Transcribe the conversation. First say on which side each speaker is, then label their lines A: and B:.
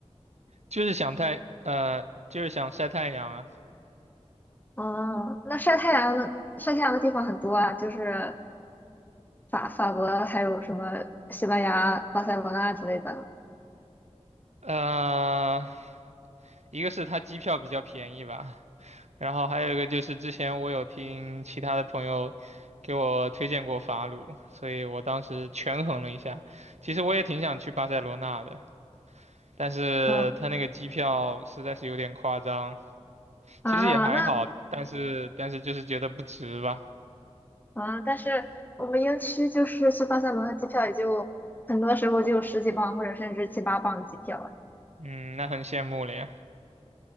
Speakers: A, on the right; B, on the left.
A: 就是想太呃就是想晒太阳啊。
B: 哦，那晒太阳的晒太阳的地方很多啊，就是法法国，还有什么西班牙、巴塞罗那之类的。
A: 呃，一个是它机票比较便宜吧，然后还有一个就是之前我有听其他的朋友给我推荐过法鲁，所以我当时权衡了一下，其实我也挺想去巴塞罗那的，但是它那个机票实在是有点夸张，
B: 嗯啊，
A: 其实也还好，
B: 那
A: 但是但是就是觉得不值吧，
B: 啊，但是我们英区就是去巴塞罗那机票也就很多时候就十几磅或者甚至七八磅机票了，
A: 嗯，那很羡慕了呀，